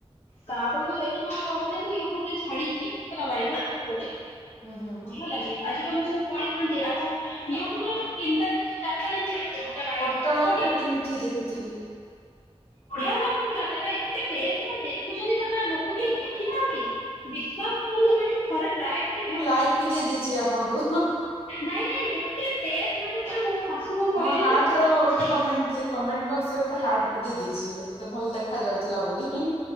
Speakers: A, on the left; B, on the left.
A: ତାପରେ ତ ଦେଖିବ ମାନେ ମୁଁ ୟୁଟ୍ୟୁବ ରେ ଛାଡିଛି ହେଲା ବାଇଗଣ ଚଟ୍ପଟି
B: ହୁଁ ହୁଁ
A: ବଢିଆ ଲାଗେ ଆଜି ବା ମୁଁ କହିଥାନ୍ତି ଆଉ ୟୁଟ୍ୟୁବରେ ତିନିଟା ଜିନିଷ ଚାରିଟା ଜିନିଷ ଦେଖିବ ଗୋଟେ ବାଇଗଣ
B: ପୋଟଳ
A: ଚଟ୍ପଟି
B: ଖଟି <unintelligible>
A: ବଢିଆ ଲାଗୁଥିଲା ସେଟା ଏତେ ଟେଷ୍ଟ ସେମାନେ ଦେଖୁଛନ୍ତି ସେମାନେ ଲୋକ କେହି ଦେଖି ନାହାନ୍ତି ବିଶ୍ଵାସ କରନ୍ତୁ ମ୍ୟାଡାମ ଥରେ ଟ୍ରାଏ କରିବେ
B: ମୁଁ ଲାଇକ୍ ବି ଦେଇ ଦେଇେଇଛି ଆପଣଙ୍କୁ।
A: ନାଇଁ ନାଇଁ କେ ଟେଷ୍ଟ ଲାଗୁଛି ଆମକୁ ଶାଶୁ କଣ କହିଲେ
B: ମୋ ହାର୍ଟ
A: ଜାଣିଛ
B: ର
A: ଫାଷ୍ଟ
B: ଗୋଟେ କମେଣ୍ଟ କମେଣ୍ଟ ବକ୍ସ ରେ ଗୋଟେ ହାର୍ଟ ବି ଦେଇେଇଛି ଏତେ ଭଲ ଦେଖାଯାଉଥିଲା ବୋଲି।